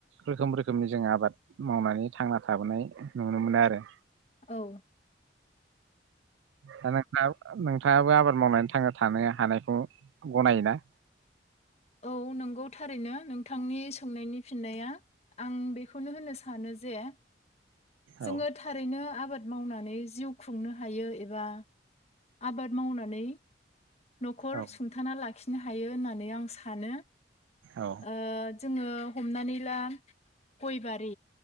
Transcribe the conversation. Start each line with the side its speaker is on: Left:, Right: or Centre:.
Right: रोखोम रोखोमनि जों आबाद मावनानै थांना थाबोनाय नुनो मोनो आरो।
Left: औ
Right: हो नोंनाव नों थांआबो आबाद मावनानै थांना थानो हानायखौ गनायोना?
Left: औ नंगौ थारैनो नोंथांनि सोंनायनि फिन्नाया आं बेखौनो होनो सानो जे जोङो
Right: औ
Left: थारैनो आबाद मावनानै जिउ खुंनो हायो एबा आबाद मावनानै न'खर
Right: औ
Left: सुंथाना लाखि नो हायो होननानै आं सानो।
Right: औ
Left: ओ जोङो हमनानै ला गयबारि